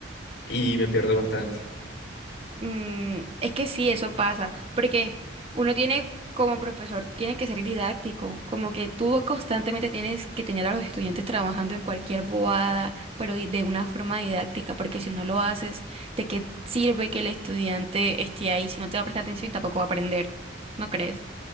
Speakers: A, on the left; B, on the right.
A: y me pierdo bastante.
B: Mm, es que sí, eso pasa, porque uno tiene como profesor, tiene que ser didáctico, como que tú constantemente tienes que tener a los estudiantes trabajando en cualquier bobada, pero di- de una forma didáctica, porque si no lo haces, ¿de qué sirve que el estudiante esté ahí si no te va a prestar atención y tampoco va a aprender? ¿No crees?